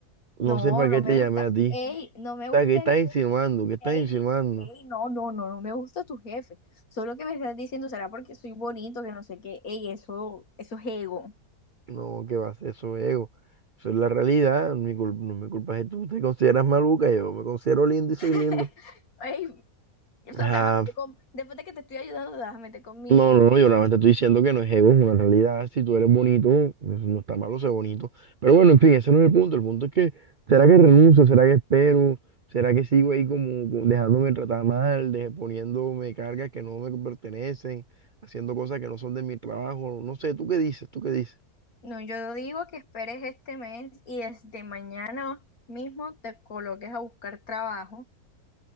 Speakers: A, on the right; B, on the left.
A: No
B: No,
A: sé para
B: no
A: qué te
B: me gusta.
A: llamé a ti.
B: Ey, no me
A: O
B: gusta
A: sea, ¿qué estás
B: el...
A: insinuando? ¿Qué estás
B: Ey,
A: insinuando?
B: ey, no, no, no, no me gusta tu jefe. Solo que me estás diciendo será porque soy bonito, que no sé qué. Ey, eso, eso es ego.
A: No, ¿qué vas? Eso es ego. Eso es la realidad. Mi cul- no me culpa si tú te consideras maluca. Yo me considero lindo y soy
B: <laughs>
A: lindo.
B: Ey, o sea,
A: Ah,
B: te vas a meter con... Después de que te estoy ayudando, te vas a meter conmigo.
A: No, no, no, yo nada más te estoy diciendo que no es ego, es una realidad. Si tú eres bonito, pues, no está malo ser bonito. Pero bueno, en fin, ese no es el punto. El punto es que, ¿será que renuncio? ¿Será que espero? ¿Será que sigo ahí como como dejándome tratar mal, de- poniéndome cargas que no me pertenecen, haciendo cosas que no son de mi trabajo? No sé, ¿tú qué dices? ¿Tú qué dices?
B: No, yo digo que esperes este mes y desde mañana mismo te coloques a buscar trabajo.